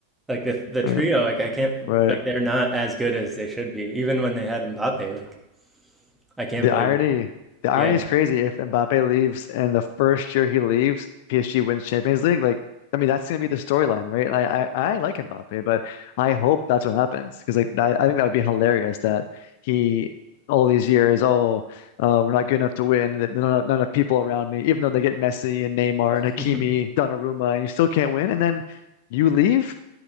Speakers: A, in the centre; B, on the left.
A: like the the trio,
B: uh,
A: like I can't,
B: right.
A: like they're not as good as they should be, even when they had Mbappe. Like I can't
B: The
A: believe,
B: irony, the irony
A: yeah.
B: is crazy. If Mbappe leaves and the first year he leaves, PSG wins Champions League, like I mean that's gonna be the storyline, right? I, I I like Mbappe, but I hope that's what happens because like that, I think that would be hilarious that he all these years, oh, uh, we're not good enough to win. That none, none of people around me, even though they get Messi and Neymar and Hakimi,
A: <laughs>
B: Donnarumma, and you still can't win, and then you leave.